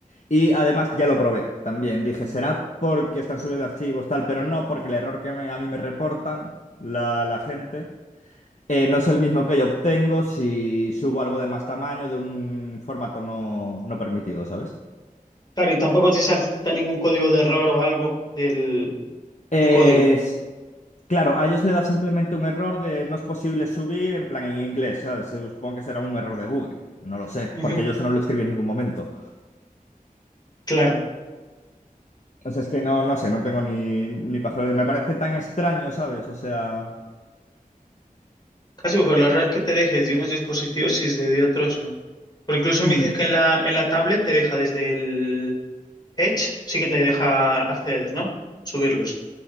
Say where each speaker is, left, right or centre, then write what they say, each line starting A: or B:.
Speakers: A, on the left; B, on the left.
A: Y además ya lo probé también. Dije, será porque están subiendo archivos, tal, pero no porque el error que me- a mí me reportan la, la gente eh, no es el mismo que yo obtengo si subo algo de más tamaño de un formato no, no permitido, ¿sabes?
B: Claro, y tampoco te salta ningún código de error o algo del,
A: Es-
B: de código.
A: claro, a ellos le da simplemente un error de no es posible subir en plan en inglés, ¿sabes? Supongo que será un error de Google, no lo sé,
B: Ujú.
A: porque yo eso no lo escribí en ningún momento.
B: Claro.
A: O sea, es que no, no sé, no tengo ni, ni pajolera. Me parece tan extraño, ¿sabes? O sea...
B: Casi porque los errores que te dejes de unos dispositivos y de de otros no. Porque incluso me
A: hmm.
B: dices que en la, en la tablet te deja desde el Edge, sí que te deja acceder, ¿no? Subirlos.